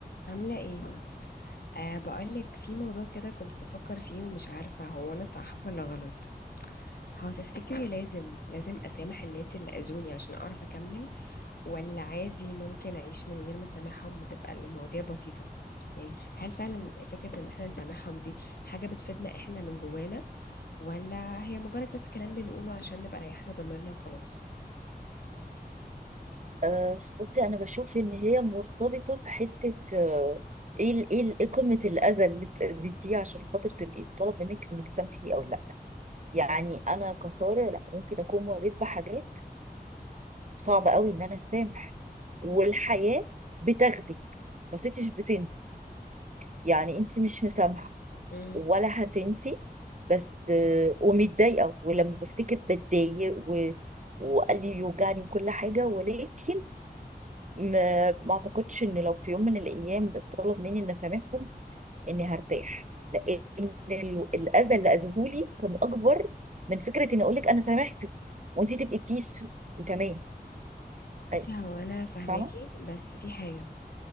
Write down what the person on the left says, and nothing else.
عاملة ايه؟ أه بقولك في موضوع كده كنت بفكر فيه ومش عارفة هو أنا صح ولا غلط هو تفتكري لازم لازم أسامح الناس اللي أذوني عشان أعرف أكمل ولا عادي ممكن أعيش من غير ما أسامحهم وتبقى المواضيع بسيطة يعني هل فعلا فكرة إن احنا نسامحهم دي حاجة بتفيدنا احنا من جوانا ولا هي مجرد بس كلام بنقوله عشان نبقى ريحنا ضميرنا وخلاص؟
مم.
مم.
بصي
هو أنا فاهماكي
بس في حاجة